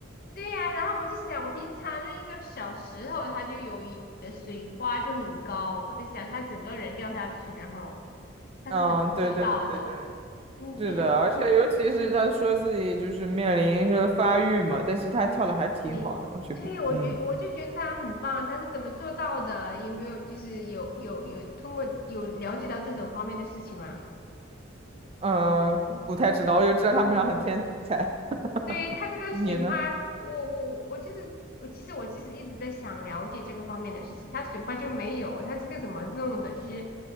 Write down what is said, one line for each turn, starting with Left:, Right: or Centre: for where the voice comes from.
Left: 对呀、然后我就想，我平常扔一个小石头，它就有一的水花就很高，我在想他整个人掉下去，然后他是怎么做到的？
Right: 嗯，对对对对，
Left: 嗯，
Right: 是的，
Left: <laughs>
Right: 而且尤其是他说自己就是面临着发育嘛，但是他跳的还是挺好的，
Left: 对，
Right: 我觉得。
Left: 对，我觉我就觉得他很棒，
Right: 嗯
Left: 他是怎么做到的？有没有就是有有有通过有了解到这种方面的事情吗？
Right: 呃，不太知道，我就知道他们俩很天才。<laughs>
Left: 对，他这个水花，
Right: 你呢？
Left: 我我我就是我其实我其实一直在想了解这个方面的事情，他水花就没有，他这个怎么弄的？就是